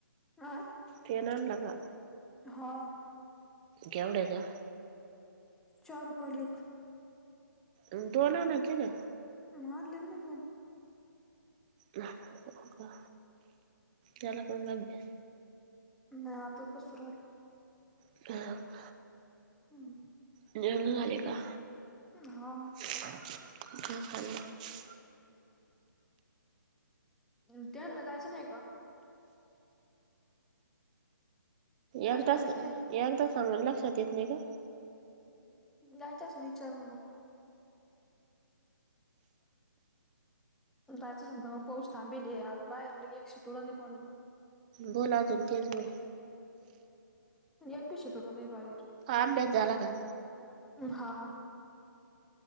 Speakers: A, in the centre; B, on the right.
A: काय
B: पेन आणला का?
A: हा.
B: केवढ्याचा?
A: चार रुपयाला एक.
B: आन दोन आणा की ना.
A: आणि आणले म दोन.
B: हो का? झाला का म अभ्यास?
A: नाही आताच बसू राह्यलो.
B: <unintelligible>
A: हम्.
B: जेवण झाले का?
A: अं हा.
B: <unintelligible>
A: अं त्यानला जायचं नाही का? त्यांना
B: एकदास
A: जायचं
B: एकदा
A: नाही
B: सांगून लक्षात येत नाही का?
A: जायचं असं ना विचारण मग. जायचं असलं तर मग पाऊस थांबेल ए. आता बाहेर लगे एक शितोडा नाही पडेल ना.
B: बोलअजून तेच बोल.
A: एक बी शितोडा नाही बाहेर.
B: अभ्यास झाला का?
A: हा.